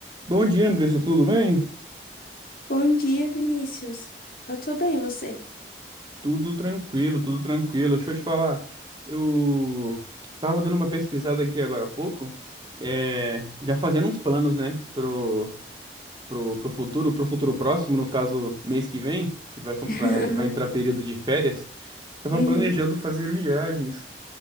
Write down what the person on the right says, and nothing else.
Bom dia, Andressa, tudo bem?
Tudo tranquilo, tudo tranquilo. Deixa eu te falar, eu tava dando uma pesquisada aqui agora há pouco, é, já fazendo uns planos, né, pro, pro, pro futuro, pro futuro próximo, no caso, mês que vem, que vai, com-
vai, vai entrar período de férias. Estava
planejando fazer viagens.